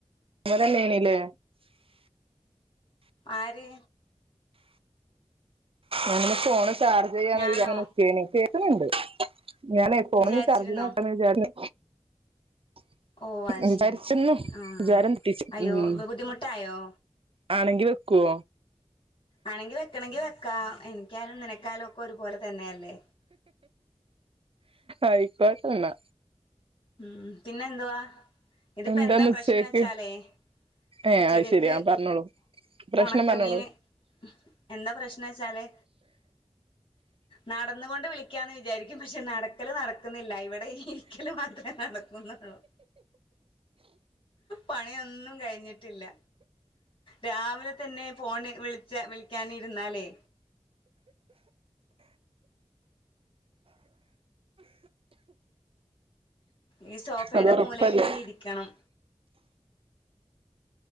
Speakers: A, on the right (about 55°); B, on the left (about 45°).
A: <unintelligible> ണില്ലേ
B: ആര്
A: ഞങ്ങള് ഫോണ് ചാർജ് ചെയ്യാന്നങ്ങനെ
B: ഞാനോ
A: നിക്കെനി കേക്ന്ണ്ട് ഞാനെ ഫോൺ
B: വിചാരിച്ചിരുന്നോ
A: ചാർജിലാ പെട്ടന്ന് വിചാരം <unintelligible>
B: ഓ അത് ശരി ആഹ് അയ്യോ ബുദ്ധിമുട്ടായോ
A: ആണെങ്കി വെക്കോ
B: ആണെങ്കി വെക്കണങ്കി വെക്കാ എനിക്കാലും ന്നിനെക്കായാലും ഒക്കെ ഒരുപോലെ തന്നെ അല്ലേ
A: അയ്ക്കോട്ടെന്ന
B: ഉം പിന്നെ എന്ത് വാ ഇതിപ്പ
A: എന്താന്ന്
B: എന്താ പ്രശ്നം
A: ഉച്ചേക്ക്
B: ച്ചാലേ ന്ന്
A: ഏഹ്
B: ഉച്ചകക്ക്
A: അത് ശെരി ആഹ് പറഞ്ഞോളൂ പ്രശ്നം
B: ഒണക്കമീന്
A: പറഞ്ഞോളൂ
B: എന്താ പ്രശ്നം ച്ചാല് നടന്കൊണ്ട് വിളിക്കാന്ന് വിചാരിക്കും പക്ഷെ നടക്കല് നടക്കുന്നില്ല ഇവിടെ ഇരിക്കല് മാത്രേ നടക്കുന്നൊള്ളൂ പണിയൊന്നും കഴിഞ്ഞിട്ടില്ല രാവിലെ തന്നെ ഫോണ് വിള്ച്ച വിളിക്കാന് രുന്നാലേ ഈ സോഫയുടെ
A: അത് ഒറപ്പല്ലേ
B: മൂലെയ്ലി ങ്ങനെ ഇരിക്കണം